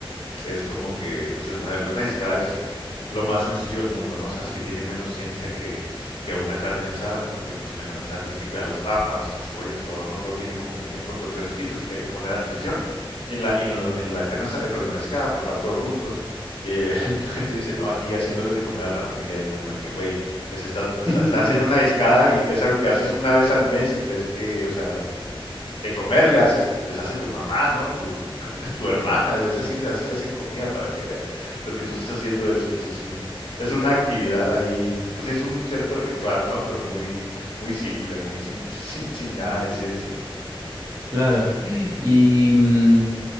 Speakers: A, on the left; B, on the right.
A: es como que, pues, es- una discada es lo más sencillo del mundo, ¿no? Se hace que tiene menos ciencia que, que una carne asada, porque pues en la carne asada tienes que cuidar las papas, las cebollas, todo, ¿no? Todo tiene como que un tiempo de cocción distinto, así que hay que poner atención. Y en la, y en, el- en la carne asada, eh, perdón, en la discada, pues va todo junto. Eh, <laughs> el sujeto dice, no, aquí haciéndoles de comer a la familia, es como de que, güey, les estás, está-
B: <laughs>
A: estás haciendo una discada y es algo que haces una vez al mes y crees que, o sea, de comer le haces, les hace tu mamá, ¿no? Tu, <laughs> tu hermana, es decir, así se hacen comida para que veas. Lo que tú estás haciendo es, pues, es un, es una actividad ahí, pues sí, es un cierto ritual, ¿no? Pero muy, muy simple, muy sin, <laughs> sin, sin nada de ciencia.
B: Claro. Y mm,